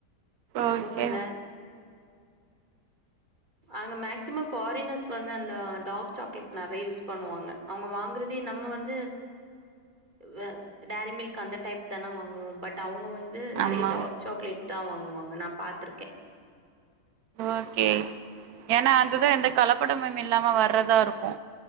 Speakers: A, on the right (about 25°); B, on the right (about 65°).
A: ஞாபகோல்ல
B: ஓகே
A: அங்க மேக்சிமம் ஃபாரினர்ஸ் வந்து அந்த டார்க் சாக்லேட் நறைய யூஸ் பண்ணுவாங்க அவங்க வாங்கறதே நம்ம வந்து வ டேரி மில்க் அந்த டைப் தான வாங்குவோ பட் அவங்க வந் து நறைய
B: ஆமா
A: டார்க் சாக்லேட்தா வாங்குவாங்க நா பாத்திருக்கே
B: ஓகே ஏனா அதுதா எந்த கலப்படமும் இல்லாம வர்றதா இருக்கு